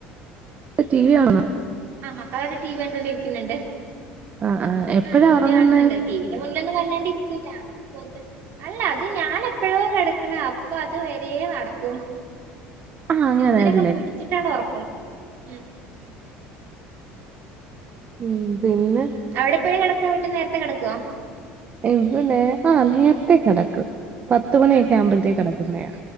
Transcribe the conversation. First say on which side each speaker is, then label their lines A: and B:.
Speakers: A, on the right; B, on the right.
A: ടി വി കാണുന്ന
B: ആ മക്കളൊക്കെ ടി വി കണ്ടോണ്ടിരിക്കുന്നുണ്ട്
A: ആഹ് ആഹ് എപ്പഴാ
B: ആ ടി
A: ഒറങ്ങുന്നേ
B: വി കാണുന്നുണ്ട് ടി വി എന്റെ മുന്നിലൊന്നും വല്ലാണ്ട് ഇരിക്കൂല്ല പോ അല്ല അത് ഞാൻ എപ്പോഴോ നടക്കണ അപ്പൊ അത് വരേ നടക്കും
A: ആ അങ്ങനെയല്ലേ
B: ചെറുതിനിനൊക്കെ പിടിച്ചിട്ടാണ് ഉറക്കണം ഉം
A: ഉം പിന്നെ
B: അവിടെപ്പോഴാ കിടക്കാ വീട്ടിൽ നേരത്തെ കെടക്കോ
A: ഇവിടെ ആ നേരത്തേ കിടക്കും പത്തുമണിയൊക്കെ
B: ആഹ്
A: ആവുമ്പോഴത്തേക്ക്‌ കിടക്കുന്നയാ